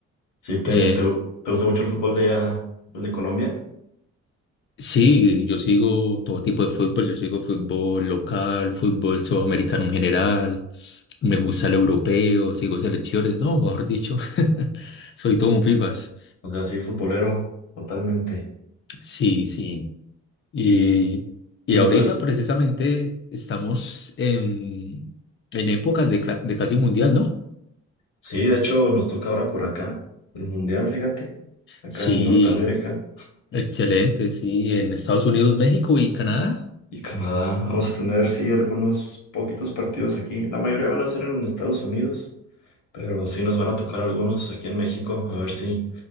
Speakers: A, on the left; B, on the left.
A: ¿Sí te,
B: Eh,
A: te, te gusta mucho el fútbol de allá, el de Colombia?
B: sí, yo sigo todo tipo de fútbol, yo sigo fútbol local, fútbol sudamericano en general, me gusta el europeo, sigo selecciones, no, mejor dicho, <laughs> soy todo un FIFAs.
A: O sea, sí, futbolero, totalmente.
B: Sí, sí. Y,
A: Y,
B: y
A: y entonces,
B: ahorita precisamente estamos en, en épocas de, cla- de casi mundial, ¿no?
A: sí, de hecho nos toca ahora por acá, el Mundial, fíjate, acá
B: Sí,
A: en Norteamérica
B: Excelente, sí, en Estados Unidos, México y Canadá.
A: y Canadá. Vamos a tener, sí, algunos poquitos partidos aquí. La mayoría van a ser en Estados Unidos, pero sí nos van a tocar algunos aquí en México, a ver si.